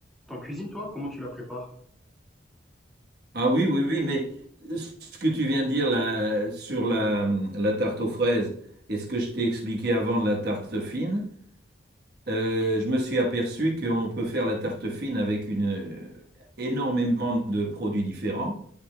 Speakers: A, in the centre; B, on the right (about 55°).
A: T'en cuisines, toi? Comment tu la prépares?
B: Ah oui, oui, oui, mais ce que tu viens de dire là, sur la, la tarte aux fraises et ce que je t'ai expliqué avant de la tarte fine, Euh, je me suis aperçu qu'on peut faire la tarte fine avec une, euh, énormément de produits différents,